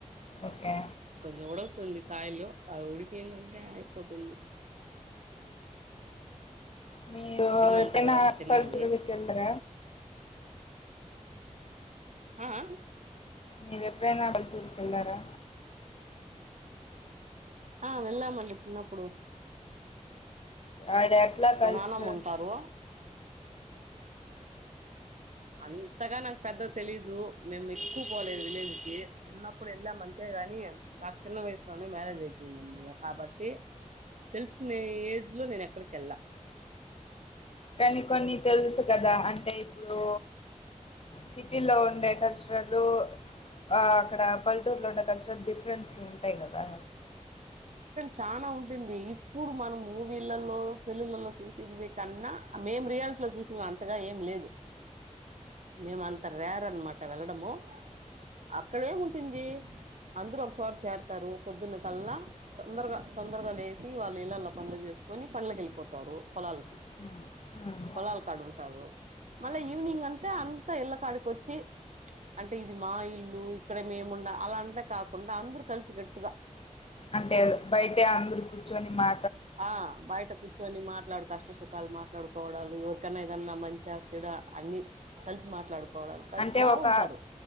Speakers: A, on the left; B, on the right.
A: ఓకే
B: కొంచెం ఉడు తుంది కాయిలో ఆ ఉడికి దంటే అయిపోతుంది
A: మీరు
B: తినాలి
A: ఎప్పుడైన
B: తర్వాత తినాలి
A: పల్లెటూరికెళ్ళర
B: ఆ ఆ
A: మీరు ఎప్పుడైన పల్లెటూరికి ఎళ్ళరా
B: ఆ వెళ్ళమండి చిన్నప్పుడు
A: ఆడ ఎట్ల కల్చరల్స్
B: మా నానమ్మ ఉంటారు అంతగా నాకు పెద్ద తెలీదు మేము ఎక్కువ పోలేదు విలేజ్కి చిన్నప్పుడు వెళ్ళాము అంతే కాని నాకు చిన్న వయసులోనే మ్యారేజ్ అయిపోయిందండి కాబట్టి తెలుసుకునే ఏజ్ లో నేను అక్కడికి ఎళ్ళా
A: కానీ కొన్ని తెలుసు కదా అంటే ఇప్పుడు సిటీ లో ఉండే కల్చర్లు ఆ అక్కడ పల్లెటూరులో ఉండే కల్చర్ డిఫరెన్స్ ఉంటాయి కదా
B: చాలా ఉంటుంది ఇప్పుడు మనం మూవీలలో సెల్లులలో చూసిన్వి కన్నా మేం రియాల్ లో చూసిన అంతగా ఏం లేదు మేమ అంత రేర్ అన్నమాట వెళ్ళడము అక్కడ ఏముంటుంది అందరు ఒక చోట చేరతారు పొద్దున్న కల్లా తొందరగా తొందరగా లేసి వాళ్ళ ఇళ్లలో పనులు చేసు కొని పన్లుకి ఎళ్ళిపోతారు పొలాలకి
A: ఓకే
B: పొలాల కాడ ఉంటారు మళ్ళీ
A: ఓకే
B: ఈవినింగ్ అంత అంతా ఇళ్ల కాడికొచ్చి అంటే ఇది మా ఇల్లు ఇక్కడ మేము ఉండ అలా అంత కాకుండా అందరు కలిసి గట్టుగా
A: అంటే బయటే అందరు కూర్చొని మా
B: ఆ బయట కూర్చుని మా ట్లాడు కష్ట సుఖాలు మాట్లాడుకోవడాలు ఎవరికైన్నా ఏదన్నా మంచి చెడా అన్ని కలిసి మాట్లాడు కోడం కలిసి
A: అంటే
B: బావుంటారు
A: ఒక